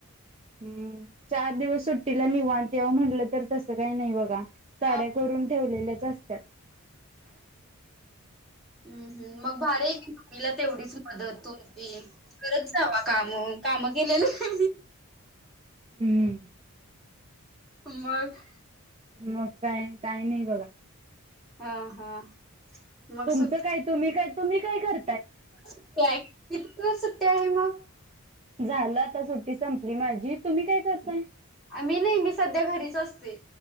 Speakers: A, on the right (about 25°); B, in the centre.
A: हम्म चार दिवस सुट्टीला निवांत यावं म्हटलं तर? तसं काही नाही बघा साड्या
B: हा
A: करून ठेवलेल्याच असत्यात
B: हम् हम् मग भारी आहे की ममीला तेवढीच मदत पण हो ते करत जावा काम काम केलेलं
A: हम्म.
B: मग
A: मग काय काही नाही बघा
B: हा हा मग
A: तुमचं
B: सुप
A: काय तुम्ही काय तुम्ही काय कर
B: सुट्टी आहे किती दिवस सुट्टी आहे मग?
A: झालं आता सुट्टी सं रे माझी तुम्ही काय करताय?
B: आम्ही नाही मी सध्या घरीच असते